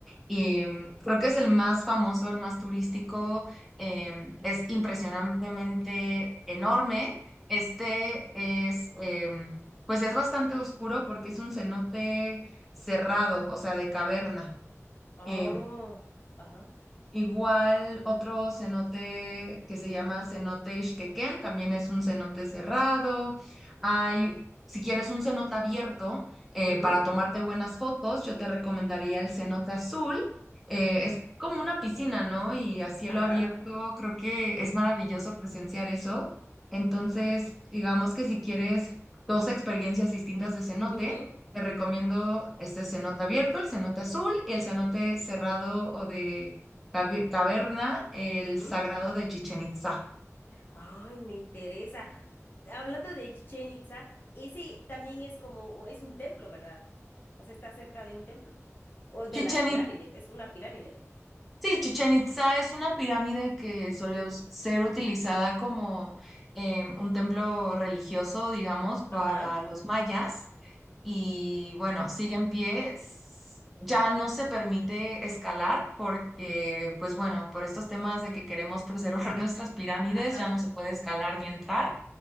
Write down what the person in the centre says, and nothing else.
Y
mm, creo que es el más famoso, el más turístico, em, es impresionantemente enorme. Este es, em, pues es bastante oscuro porque es un cenote cerrado, o sea, de caverna.
Em,
Igual otro cenote que se llama cenote Ixquequén, también es un cenote cerrado. Hay, si quieres un cenote abierto eh,
para tomarte buenas fotos, yo te recomendaría el cenote azul. Eh, es como una piscina, ¿no? Y a cielo
abierto creo que es maravilloso presenciar eso. Entonces,
digamos que si quieres dos experiencias distintas de cenote,
te recomiendo este cenote abierto, el cenote azul y el cenote cerrado o de tabi- Taberna, el
Sagrado de Chichen Itzá.
Chichen
Itzá,
sí,
Chichen
Itzá es una pirámide que solía us- ser utilizada como em, un templo religioso, digamos, para
los mayas. Y bueno, sigue en pie. s- Ya no se permite escalar porque, pues bueno, por estos temas de que queremos preservar <laughs> nuestras pirámides,
ya no se puede escalar ni entrar.